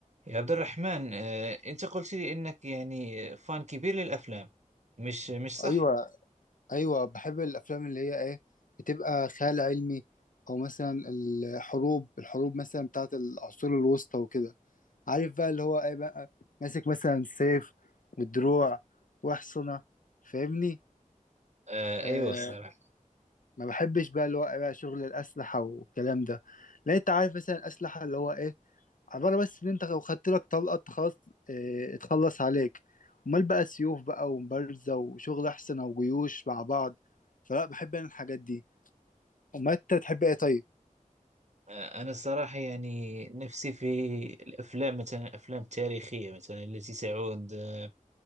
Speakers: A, on the right; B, on the left.
A: يا عبد الرحمن آه، أنت قلت لي أنك يعني فان كبير للأفلام مش مش صح؟
B: ايوه ايوه بحب الافلام اللي هي ايه بتبقى خيال علمي او مثلا الحروب الحروب مثلا بتاعت العصور الوسطى وكده عارف بقى اللي هو ايه بقى ماسك مثلا سيف ودروع واحصنة فاهمني
A: آه،
B: آه
A: أيوة الصراحة
B: ما بحبش بقى اللي هو إيه بقى شغل الاسلحة والكلام ده لا انت عارف مثلا الاسلحة اللي هو ايه عبارة بس إن أنت لو خدت لك طلقة أنت خلاص اه اتخلص عليك أمال بقى سيوف بقى ومبارزة وشغل أحسن أو جيوش مع بعض فلا بحب أنا الحاجات دي أمال أنت تحب إيه طيب؟
A: آه، أنا الصراحة يعني نفسي في الأفلام مثلا الأفلام التاريخية مثلا التي تعود آه،